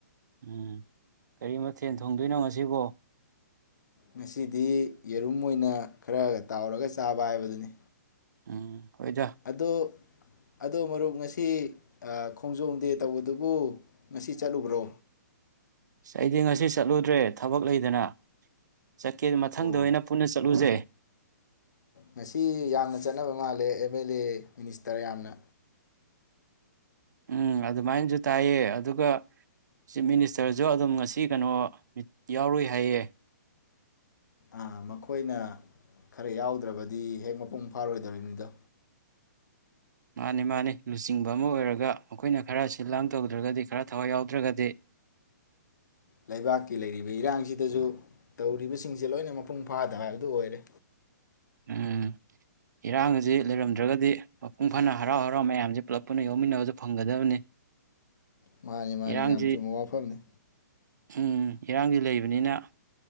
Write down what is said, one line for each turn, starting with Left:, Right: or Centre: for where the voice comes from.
Right: ꯎꯝ ꯀꯔꯤ ꯃꯊꯦꯜ ꯊꯣꯡꯗꯣꯏꯅꯣ ꯉꯁꯤꯕꯣ
Left: ꯉꯁꯤꯗꯤ ꯌꯦꯔꯨꯝ ꯑꯣꯏꯅ ꯈꯔ ꯇꯥꯎꯔꯒ ꯆꯥꯕ ꯍꯥꯏꯕꯗꯨꯅꯤ
Right: ꯎꯝ ꯍꯣꯏꯗ
Left: ꯑꯗꯣ ꯑꯗꯣ ꯃꯔꯨꯞ ꯉꯁꯤ ꯑꯥ ꯈꯣꯡꯖꯣꯝꯗꯦ ꯇꯧꯕꯗꯨꯕꯨ ꯉꯁꯤ ꯆꯠꯂꯨꯕ꯭ꯔꯣ
Right: ꯑꯩꯗꯤ ꯉꯁꯤ ꯆꯠꯂꯨꯗ꯭ꯔꯦ ꯊꯕꯛ ꯂꯩꯗꯅ ꯆꯠꯀꯦꯅ ꯃꯊꯪꯗ
Left: ꯑꯣ
Right: ꯑꯣꯏꯅ ꯄꯨꯟꯅ ꯆꯠꯂꯨꯁꯦ
Left: ꯉꯁꯤ ꯌꯥꯝꯅ ꯆꯠꯅꯕ ꯃꯥꯜꯂꯦ ꯑꯦꯝ ꯑꯦꯜ ꯑꯦ ꯃꯤꯅꯤꯁꯇꯔ ꯌꯥꯝꯅ
Right: ꯎꯝ ꯑꯗꯨꯃꯥꯏꯅꯁꯨ ꯇꯥꯏꯑ ꯑꯗꯨꯒ ꯆꯤꯞ ꯃꯤꯅꯤꯁꯇꯔꯁꯨ ꯑꯗꯨꯝ ꯉꯁꯤ ꯀꯩꯅꯣ ꯃꯤ ꯌꯥꯎꯔꯨꯏ ꯍꯥꯏꯌꯦ
Left: ꯑꯥ ꯃꯈꯣꯏꯅ ꯈꯔ ꯌꯥꯎꯗ꯭ꯔꯕꯗꯤ ꯍꯦꯛ ꯃꯄꯨꯡ ꯐꯥꯔꯣꯏꯗꯧꯔꯤꯕꯅꯤꯗꯣ
Right: ꯃꯥꯅꯤ ꯃꯥꯅꯤ ꯂꯨꯆꯤꯡꯕ ꯑꯃ ꯑꯣꯏꯔꯒ ꯃꯈꯣꯏꯅ ꯈꯔ ꯁꯤꯜ ꯂꯥꯡ ꯇꯧꯗ꯭ꯔꯒꯗꯤ ꯈꯔ ꯊꯋꯥꯏ ꯌꯥꯎꯗ꯭ꯔꯒꯗꯤ
Left: ꯂꯩꯕꯥꯛꯀꯤ ꯂꯩꯔꯤꯕ ꯏꯔꯥꯡꯁꯤꯗꯁꯨ ꯇꯧꯔꯤꯕꯁꯤꯡꯁꯦ ꯂꯣꯏꯅꯃꯛ ꯃꯄꯨꯡ ꯐꯥꯗꯕ ꯍꯥꯏꯕꯗꯨ ꯑꯣꯏꯔꯦ
Right: ꯎꯝ ꯏꯔꯥꯡ ꯑꯁꯤ ꯂꯩꯔꯝꯗ꯭ꯔꯒꯗꯤ ꯃꯄꯨꯡ ꯐꯥꯅ ꯍꯔꯥꯎ ꯍꯔꯥꯎ ꯃꯌꯥꯝꯁꯦ ꯄꯨꯂꯞ ꯄꯨꯟꯅ ꯌꯥꯎꯃꯤꯟꯅꯕꯁꯨ ꯐꯪꯒꯗꯕꯅꯤ
Left: ꯃꯥꯅꯤ ꯃꯥꯅꯤ
Right: ꯏꯔꯥꯡꯁꯤ
Left: ꯌꯥꯝ ꯆꯨꯝꯕ ꯋꯥꯐꯝꯅꯤ
Right: ꯎꯝ ꯏꯔꯥꯡꯗꯤ ꯂꯩꯕꯅꯤꯅ